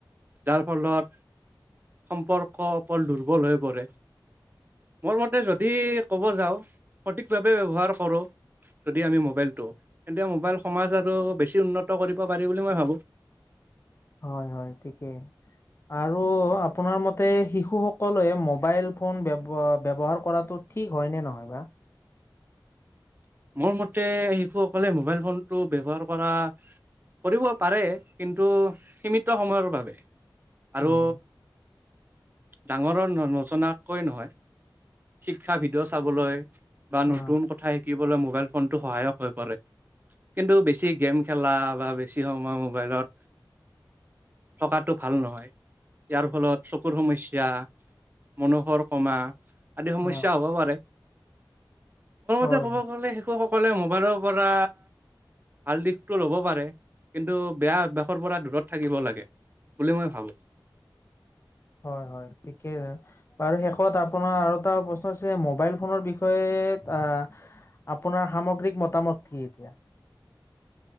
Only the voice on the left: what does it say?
হয়, হয় ঠিকে। আৰু আপোনাৰ মতে শিশুসকলে মোবাইল ফোন ব্যৱ-ব্যৱহাৰ কৰাটো ঠিক হয় নে নহয় বা?
উম
অ
অ অ
হয়
হয়, হয় ঠিকেই, বাৰু শেষত আপোনাৰ আৰু এটা প্ৰশ্ন আছে মোবাইল ফোনৰ বিষয়ে কেট আহ আপোনাৰ সামগ্ৰিক মতামত কি এতিয়া?